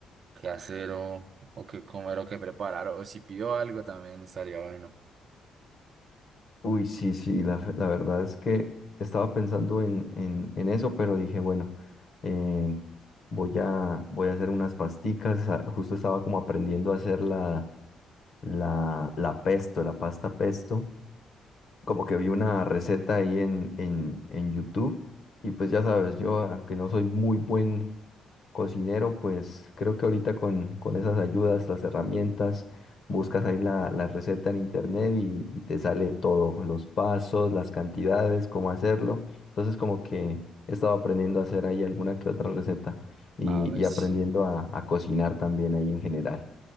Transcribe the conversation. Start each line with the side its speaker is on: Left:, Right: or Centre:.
Right: qué hacer o, o qué comer o qué preparar. O si pido algo también estaría bueno.
Left: Uy, sí, sí, la, fe- la verdad es que estaba pensando en, en, en eso, pero dije, bueno, eh, voy a, voy a hacer unas pasticas. ah, Justo estaba como aprendiendo a hacer la, la, la pesto, la pasta pesto. Como que vi una receta ahí en, en, en YouTube. Y pues ya sabes, yo, aunque no soy muy buen cocinero, pues creo que ahorita con, con esas ayudas, las herramientas, buscas ahí la, la receta en internet y, y te sale todo, los pasos, las cantidades, cómo hacerlo. Entonces como que he estado aprendiendo a hacer ahí alguna que otra receta y,
Right: A ver
Left: y
Right: si...
Left: aprendiendo a, a cocinar también ahí en general.